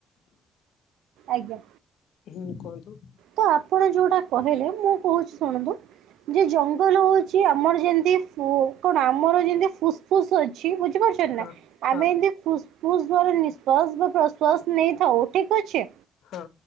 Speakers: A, on the right (about 80°); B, on the left (about 80°).
A: ଆଜ୍ଞା।
B: ହୁଁ କୁହନ୍ତୁ।
A: ତ ଆପଣ ଯୋଉଟା କହିଲେ ମୁଁ କହୁଛି ଶୁଣନ୍ତୁ। ଯେ ଜଙ୍ଗଲ ହଉଛି ଆମର ଯେମିତି କଣ ଆମର ଯେମିତି ଫୁସଫୁସ୍ ଅଛି। କି ବୁଝିପାରୁଛଛନ୍ତି
B: ହଁ।
A: ନା?
B: ହଁ
A: ଆମେ ଏମତି ଫୁସ୍ ଫୁସ୍ଵ ନିଶ୍ଵାସ ବା ପ୍ରଶ୍ଵାସ ନେଇଥାଉ ଠିକ ଅଛି।
B: ହଁ।